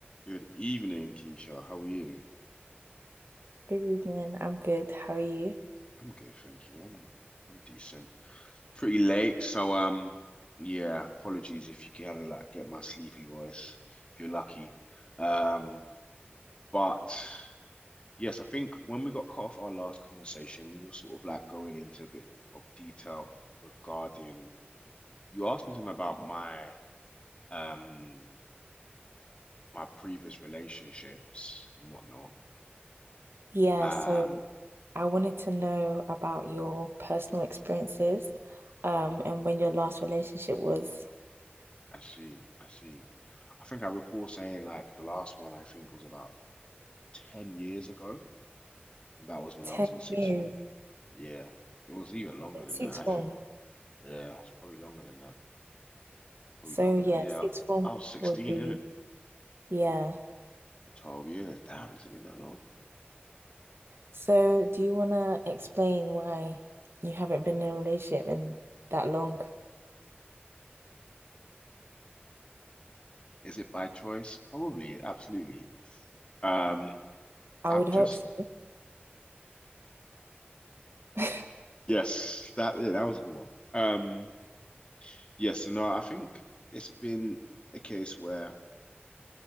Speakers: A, on the left (about 25°); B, on the right (about 75°).
A: Good evening, Keisha. How are you?
B: Good evening. I'm good. How are you?
A: I'm good, thank you. I'm I'm decent. Pretty late, so um yeah, apologies if you kind of like get my sleepy voice if you're lucky. Um but yes, I think when we got cut off our last conversation, we were sort of like going into a bit of detail regarding you asked me something about my um my previous relationships and whatnot.
B: Yeah,
A: Um
B: so I wanted to know about your personal experiences, um, and when your last relationship was
A: I see, I see. I think I recall saying like the last one I think was about 10 years ago, and that was when
B: 10
A: I was in sixth
B: years
A: form. Yeah, it was even longer
B: in
A: than
B: sixth
A: that, I
B: form.
A: think. Yeah, it's probably longer than that. Probably
B: So
A: longer
B: yeah,
A: than that. Yeah,
B: sixth form
A: I, I was 16,
B: would be,
A: innit?
B: yeah.
A: 12 years. Damn, has it been that long?
B: So do you wanna explain why you haven't been in a relationship in that long?
A: Is it by choice? Probably, absolutely. Um,
B: I
A: I've
B: would
A: just
B: hope so. <laughs>
A: yes, that yeah, that was a good one. Um, yes, so no, I think it's been a case where